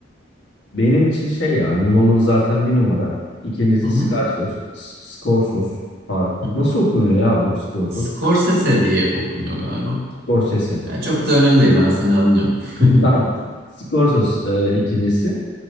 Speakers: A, on the left; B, on the right.
A: Benim için şey yani Nolan zaten bir numara. İkincisi
B: Hı hı,
A: Scarsos. Scorsos. Pardon.
B: hı hı.
A: Nasıl okunuyor ya bu? Scorsos.
B: Scorsese diye okunuyor galiba.
A: Scorsese.
B: Ya çok da önemli değil ben seni anlıyorum.
A: <laughs>
B: <laughs>
A: Tamam. Scorsos e, ikincisi.